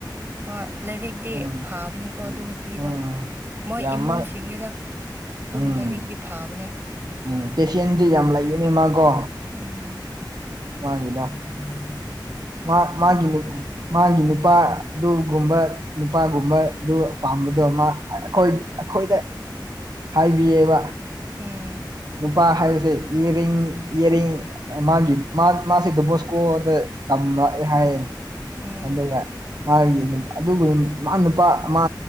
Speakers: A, on the right; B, on the right.
A: ꯍꯣꯏ ꯂꯥꯏꯔꯤꯛꯇꯤ
B: ꯎꯝ
A: ꯐꯥꯕꯅꯤꯀꯣ
B: ꯎꯝ
A: ꯑꯗꯨ ꯅꯨꯄꯤꯗꯣ
B: ꯎꯝ
A: ꯃꯣꯏ
B: ꯌꯥꯝꯃ
A: ꯏꯃꯨꯡꯁꯤꯡꯅꯤꯗ ꯑꯗꯨꯝ
B: ꯎꯝ
A: ꯂꯔꯤꯛꯗꯤꯚꯥꯕꯅꯦ
B: ꯎꯝ ꯄꯦꯁꯦꯟꯗꯤ ꯌꯥꯝ ꯂꯩꯕꯅꯦ ꯃꯥꯀꯣ
A: ꯎꯝ
B: ꯃꯥꯒꯤꯗꫭ
A: ꯑ <unintelligible>
B: ꯃꯥ ꯃꯥꯒꯤ ꯅꯨꯞ ꯃꯥꯒꯤ ꯅꯨꯄꯥꯗꯨꯒꯨꯝꯕ ꯅꯨꯄꯥꯒꯨꯝꯕꯗꯨ ꯄꯥꯝꯕꯗꯨ ꯃꯥ ꯑꯩꯈꯣꯏ ꯑꯩꯈꯣꯏꯗ ꯍꯥꯏꯕꯤꯌꯦꯕ
A: ꯎꯝ
B: ꯅꯨꯄꯥ ꯍꯥꯏꯕꯁꯦ ꯌ‌ꯦꯔꯤꯡ ꯌ‌ꯦꯔꯤꯡ ꯃꯥꯒꯤ ꯃꯥ ꯃꯥꯁ‌ꯦ ꯗꫭꯟꯕꯣꯁꯀꯣꯗ ꯇꯝꯔꯛꯑꯦ ꯍꯥꯏꯌꯦ
A: ꯎꯝ
B: ꯑꯗꯨꯒ ꯃꯥꯒꯤ ꯑꯗꯨꯒ ꯃꯥ ꯅꯨꯄꯥ ꯃꯥ